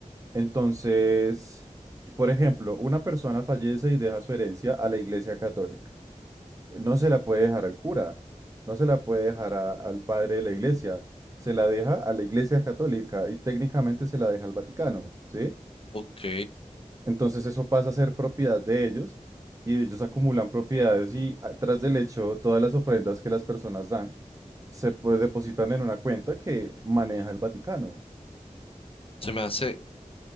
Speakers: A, on the right; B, on the left.
A: Entonces, por ejemplo, una persona fallece y deja su herencia a la Iglesia Católica. No se la puede dejar al cura, no se la puede dejar a- al padre de la Iglesia, se la deja a la Iglesia Católica y técnicamente se la deja al Vaticano, ¿sí?
B: Ok,
A: Entonces eso pasa a ser propiedad de ellos y ellos acumulan propiedades y ah, tras del hecho todas las ofrendas que las personas dan se pues, depositan en una cuenta que maneja el Vaticano
B: se me hace